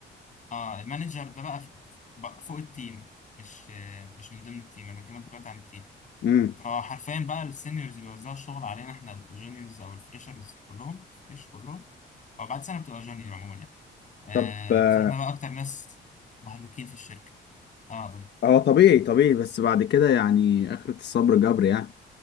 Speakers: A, on the left (about 40°); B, on the left (about 60°).
A: اه المانجر ده بقى ف- بقى فوق التيم مش آه، مش من ضمن التيم انا بكلمك دلوقتي عن التيم
B: امم
A: فحرفيا بقى السينيورز بيوزعوا الشغل علينا احنا الجونيورز او الفريشرز كلهم فريش كلهم او بعد سنه بتبقى جونيور عموما يعني آه،
B: طب آه
A: فاحنا بقى اكتر ناس مهلوكين في الشركه اه
B: هو طبيعي طبيعي بس بعد كده يعني اخرة الصبر جبر يعني